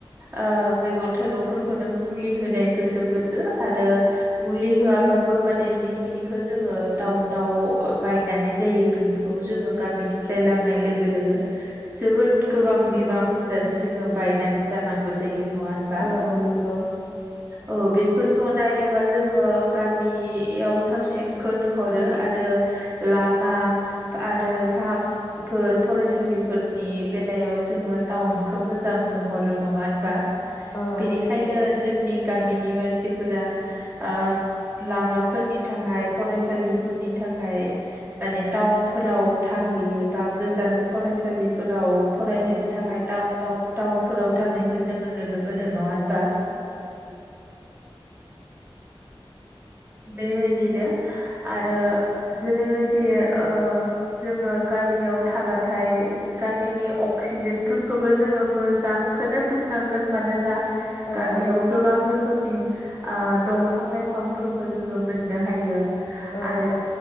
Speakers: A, on the right (about 25°); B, on the left (about 35°).
A: आ मैगं थाइगंफोरखौनो मुलि होनाय <unintelligible> आरो मुलि होआबाबो माने जिखिनिखौ जोङो टाउनाव बायनानै जायो बेखौ जोङो गामिनिफ्राय लांनाय लोगो लोगो जोबोद गोबां बिबां होनानै जोङो बायनानै जानांगौ जायो नङा होनबा
B: औ नंगौ
A: औ बेफोरखौ नायोबा जोङो गामियाव साबसिनखौ नोहरो आरो लामा आरो फाहामसालिफोर फरायसालिफोरनि बेलायाव जोङो टाउनखौ मोजां नुहरो नङा होनबा
B: औ
A: बेनिखायनो जोंनि गामिनि मानसिफोरा आ लामाफोरनि थाखाय फरायसालिफोरनि थाखाय माने टाउनफोराव था- -हैयो बा गोजान फरायसालिफोराव फरायहैनो थाखाय टाउन टाउनफोराव थानाय जोङो नुनो मोनो नङा होनबा बेबायदिनो आरो जेरैबायदि ओ जोङो गा - -बियाव थाबाथाय गामिनि अक्सिजेनफोरखौबो जोङो मोजांखौनो बुंनां - -गोन मानोना
B: औ
A: गामियाव गोबां रोखोमनि ओ दंफां लाइफां फोरखौ जोङो मोननो हायो
B: औ
A: आरो